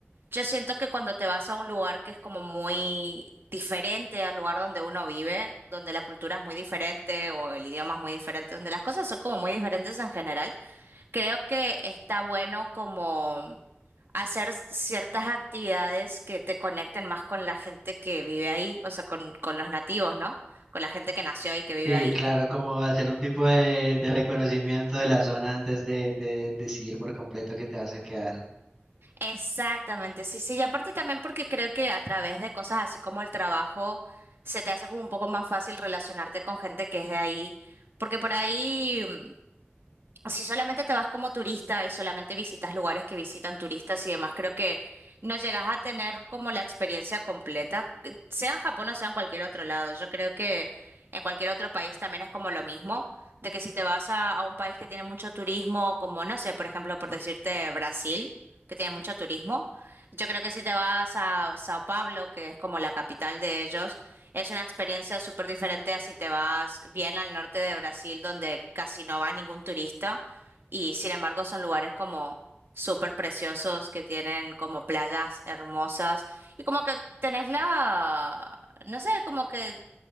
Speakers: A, on the right; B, in the centre.
A: Yo siento que cuando te vas a un lugar que es como muy diferente al lugar donde uno vive, donde la cultura es muy diferente o el idioma es muy diferente, donde las cosas son como muy diferentes en general, creo que está bueno como hacer ciertas actividades que te conecten más con la gente que vive ahí, o sea, con, con los nativos, ¿no? Con la gente que nació y que vive
B: Sí,
A: ahí.
B: claro, como hacer un tipo de, de reconocimiento de la zona antes de, de decidir por completo que te vas a quedar.
A: Exactamente, sí, sí, y aparte también porque creo que a través de cosas así como el trabajo se te hace como un poco más fácil relacionarte con gente que es de ahí, porque por ahí mm, si solamente te vas como turista y solamente visitas lugares que visitan turistas y demás, creo que no llegas a tener como la experiencia completa, que sea en Japón o sea en cualquier otro lado. Yo creo que en cualquier otro país también es como lo mismo, de que si te vas a, a un país que tiene mucho turismo, como no sé, por ejemplo, por decirte Brasil, que tiene mucho turismo, yo creo que si te vas a Sao Paulo, que es como la capital de ellos, es una experiencia súper diferente a si te vas bien al norte de Brasil, donde casi no va ningún turista, y sin embargo son lugares como súper preciosos, que tienen como playas hermosas, y como que tenés la, no sé, como que,